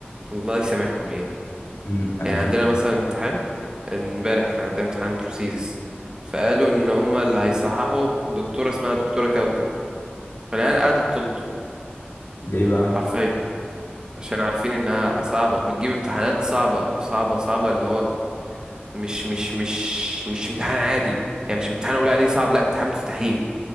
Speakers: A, on the right (about 20°); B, on the left (about 70°).
A: الله يسامحهم يعني
B: مم، انا
A: يعني
B: فاكر
A: عندنا مثلا امتحان امبارح كان عندنا امتحان بروسيس فقالوا ان هما اللي هيصححوا دكتورة اسمها دكتورة كوكب فالعيال قعدت تلطم
B: ليه بقى
A: حرفيا عشان عارفين انها صعبة بتجيب امتحانات صعبة صعبة صعبة اللي هو مش مش مش مش امتحان عادي يعني مش امتحان اقول عليه صعب لا امتحان مستحيل